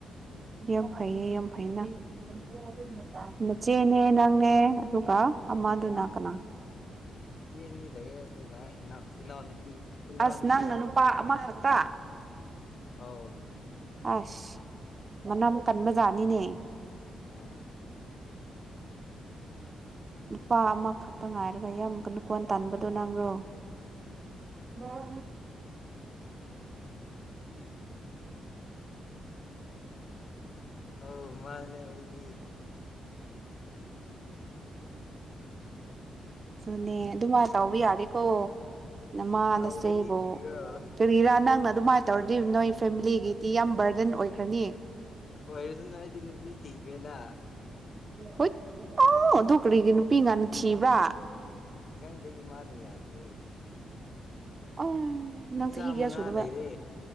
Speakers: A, on the right (about 40°); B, on the left (about 55°).
A: ꯌꯥꯝ ꯐꯩꯌꯦ ꯌꯥꯝ ꯐꯩꯅ <unintelligible>
B: ꯎꯝ
A: ꯆꯦꯅꯦ ꯅꯪꯅꯦ ꯑꯗꯨꯒ ꯑꯃꯗꯨꯅ ꯀꯅꯥ
B: ꯏꯆꯦ ꯑꯅꯤ ꯂꯩꯌꯦ ꯑꯗꯨꯒ ꯏꯅꯥꯎ ꯏꯅꯥꯎꯅꯨꯄꯤ ꯏꯅꯥꯎꯅꯨꯄꯤ
A: ꯑꯁ ꯅꯪꯅ ꯅꯨꯄꯥ ꯑꯃꯈꯛꯇ <unintelligible>
B: ꯑꯥꯎ
A: ꯑꯁ ꯃꯅꯝꯛ ꯀꯟꯕꯖꯥꯠꯅꯤꯅꯦ
B: ꯑꯥ
A: ꯅꯨꯄꯥ ꯑꯃꯈꯛꯇ ꯉꯥꯏꯔꯒ ꯏꯌꯥꯝꯃꯨ ꯅꯨꯀꯣꯟ ꯇꯥꯟꯕꯗꯣ ꯅꯪꯔꯣ ꯎ ꯍ
B: ꯑ ꯃꯥꯅꯦ ꯑꯩꯗꯤ
A: ꯁꯨꯅꯦ ꯑꯗꯨꯃꯥꯏ ꯇꯥꯎꯕ ꯌꯥꯒꯦꯀꯣ ꯅꯃꯥꯟꯅꯁꯦꯕꯣ
B: ꯇꯧꯒꯅꯤ ꯀ꯭ꯔꯤꯔꯣ
A: ꯀꯔꯤ ꯏꯔꯥ ꯅꯪꯅ ꯑꯗꯨ ꯃꯥ ꯇꯧꯔꯗꯣꯏꯔꯤꯕ ꯅꯣꯏ ꯐꯦꯃꯤꯂꯤꯒꯤꯗꯤ ꯌꯥꯝ ꯕꯔꯗꯟ ꯈ꯭ꯔꯅꯤ
B: ꯑꯣꯏꯔꯁꯅꯨ ꯑꯩꯗꯤ ꯅꯨꯄꯤ ꯊꯤꯈ꯭ꯔꯦꯅ
A: ꯍꯠ ꯑꯥꯎ ꯄꯨꯀꯔꯤꯒꯤ ꯅꯨꯄꯤ ꯉꯅ ꯊꯤꯕ
B: ꯈꯤꯪꯗꯩ ꯏꯃꯥꯅ ꯌꯥꯗꯕꯒꯤ
A: ꯑ ꯅꯪ
B: ꯏꯆꯥ
A: ꯆꯍꯤ ꯀꯌꯥ
B: ꯃꯉꯥ
A: ꯁꯨꯔꯕ꯫
B: ꯂꯩꯔꯦ